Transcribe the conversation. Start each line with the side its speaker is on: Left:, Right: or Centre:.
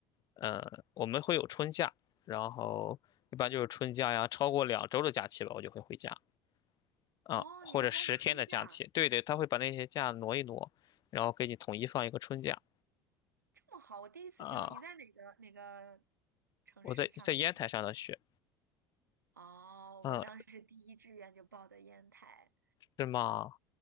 Left: 呃，我们会有春假，然后一般就是春假呀，超过两周的假期吧，我就会回家。啊，
Right: 哦，
Left: 或者十天的假期，
Right: 你们还有春假，
Left: 对对，他会把那些假挪一挪，然后给你统一放一个春假
Right: 这么好，我第一次听说。
Left: 啊。
Right: 你在哪个哪个城市上的大？
Left: 我在在烟台上的学，
Right: 学？哦，
Left: 嗯，
Right: 我当时第一志愿就报的烟台，
Left: 是吗？